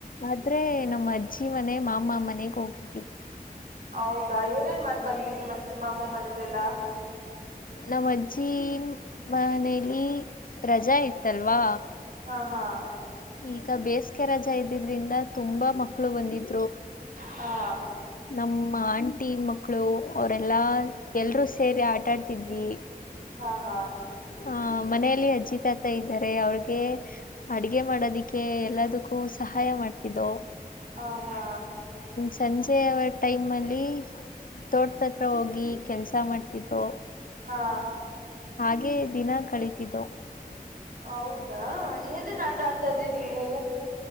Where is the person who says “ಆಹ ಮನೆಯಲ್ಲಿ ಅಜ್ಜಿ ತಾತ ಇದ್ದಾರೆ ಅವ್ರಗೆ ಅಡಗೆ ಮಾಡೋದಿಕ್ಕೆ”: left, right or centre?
Left